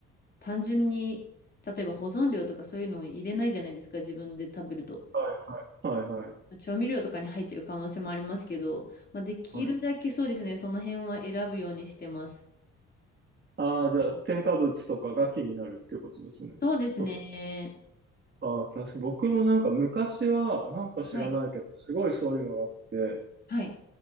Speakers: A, on the left; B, on the right.
A: 単純に、例えば保存料とかそういうのを入れないじゃないですか、自分で食べると。
B: はい、はい、はい。
A: 調味料とかに入ってる可能性もありますけど、まあ、できるだけそうですね、
B: はい
A: その辺は選ぶようにしてます。
B: ああ、じゃあ、添加物とかが気になるっていうことですね。
A: そうですね。
B: そう。ああ、確かに僕もなんか昔は、なんか知らないけど、
A: はい。
B: すごいそういうのがあって、
A: はい。